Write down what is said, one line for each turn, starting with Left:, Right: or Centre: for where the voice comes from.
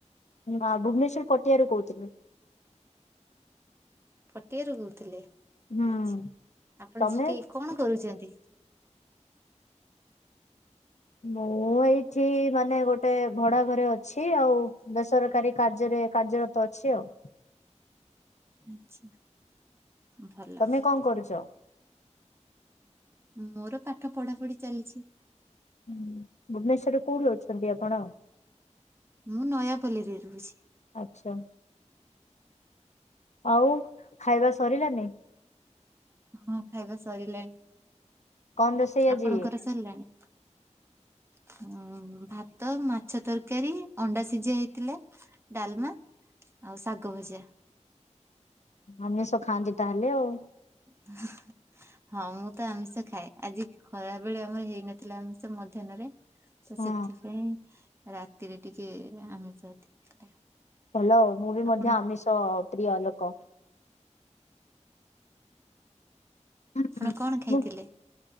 Left: ମା ଭୁବନେଶ୍ଵର ପଟିଆରୁୁ କହୁଥିଲି।
Right: ଫଟିଆରୁ କହୁଥିଲେ,
Left: ହୁଁ
Right: ଆଛା, ଆପଣ
Left: ତମେ?
Right: ସେଠି କଣ କରୁଛନ୍ତି?
Left: ମୁଁ ଏଇଠି ମାନେ ଗୋଟେ ଭଡା ଘରେ ଅଛି, ଆଉ ବେସରକାରୀ କାର୍ଯ୍ୟରେ କାର୍ଯ୍ୟର ତ ଅଛି ଆଉ।
Right: ଆଛା ଭଲ।
Left: ତମେ କଣ କରୁଛ?
Right: ମୋର ପାଠ ପଢାପଢି ଚାଲିଛି।
Left: ହୁଁ ଭୁବନେସ୍ଵରରେ କୋଉଠି ଅଛନ୍ତି ଆପଣ?
Right: ମୁଁ ନୟାପଲ୍ଲୀରେ ରହୁଛି।
Left: ଆଛା, ଆଉ ଖାଇବା ସରିଲାନି।
Right: ହଁ ଖାଇବା ସରିଲାଣି,
Left: କଣ ରୋଷେଇ ଆଜି?
Right: ଆପଣଙ୍କର ସରିଲାଣି? ହଁ ଭାତ ମାଛ ତରକାରୀ, ଅଣ୍ଡା ସିଝା ହେଇଥିଲା। ଡାଲମା ଆଉ ଶାଗ ଭଜା।
Left: ଆମିଷ ଖାଆନ୍ତି ତାହେଲେ ଆଉ।
Right: <unintelligible> ହଁ ମୁଁ ତ ଆମିଷ ଖାଏ, ଆଜି ଖରାବେଳେ ଆମର ହେଇନଥିଲା ଆମିଷ ମଧ୍ୟାନରେ ତ
Left: ହଁ
Right: ସେଥିପାଇଁ ରାତିରେ ଟିକେ ଆମିଷ <unintelligible>
Left: ଭଲ, ମୁଁ ବି ମଧ୍ୟ
Right: ଆପଣ
Left: ଆମିଷ ପ୍ରିୟ ଲୋକ। ହୁଁ,
Right: ଆପଣ କଣ ଖାଇଥିଲେ?
Left: ବୁ